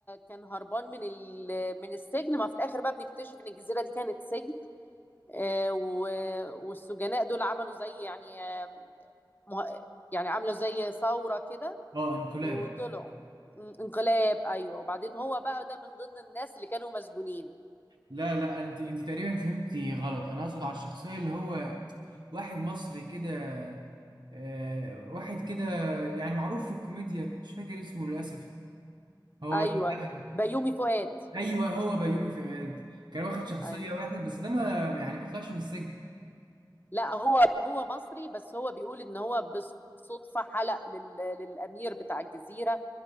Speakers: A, on the left; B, on the right.
A: كان هربان من ال... من السجن ما في الاخر بقى بنكتشف ان الجزيره دي كانت سجن آه، و... والسجناء دول عملوا زي يعني آه، مه- يعني عملوا زي ثوره كده
B: اه انقلاب
A: وطلعوا م- انقلاب ايوه وبعدين هو بقى ده من ضمن الناس اللي كانوا مسجونين
B: لا لا انت انت تقريبا فهمتي غلط انا اقصد على الشخصية اللي هو واحد مصري كده آه، واحد كده يعني معروف في الكوميديا مش فاكر اسمه للأسف هو
A: ايوه
B: بيضحك
A: بيومي فؤاد
B: ايوه هو بيومي فؤاد كان واخد شخصية
A: ايوه
B: واحد بس ده ما يعني ما طلعش من السجن
A: لأ هو هو مصري، بس هو بيقول إن هو بالصدفة حلق لل للأمير بتاع الجزيرة،